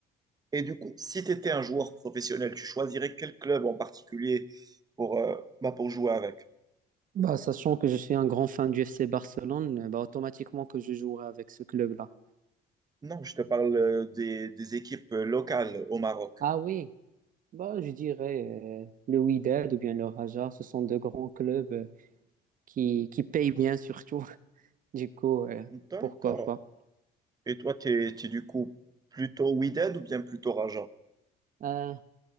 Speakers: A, on the right (about 20°); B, on the right (about 50°).
A: Et du coup, si tu étais un joueur professionnel, tu choisirais quel club en particulier pour, euh, bah, pour jouer avec?
B: Bah, sachant que je suis un grand fan du FC Barcelone, bah, automatiquement que je jouerai avec ce club-là.
A: Non, je te parle euh, des, des équipes euh, locales au Maroc.
B: Ah oui, bah, je dirais euh, le Wydad ou bien le Raja, ce sont de grands clubs. euh, qui, qui paye bien surtout. <laughs> Du coup, euh,
A: D'accord.
B: pourquoi pas.
A: Et toi, tu es, du coup plutôt Wydad ou bien plutôt Raja?
B: Euh,